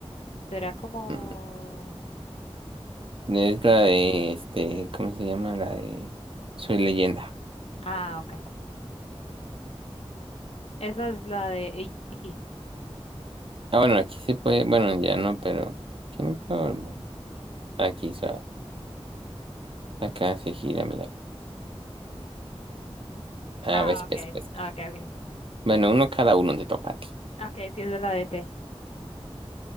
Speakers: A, on the left; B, on the right.
A: Será como,
B: mm, es
A: eh,
B: la de este. ¿Cómo se llama? La de Soy Leyenda.
A: ah, ok. Esa es la de E.T..
B: Ah, bueno, aquí se puede. Bueno, ya no, pero. ¿quién puede Aquí, sabe. Acá se gira, mira. Ah,
A: Ah,
B: ves,
A: ok,
B: ves, ves.
A: ok, ok.
B: Bueno, uno cada uno te toca a ti.
A: Ok, sí, esa es la de E T.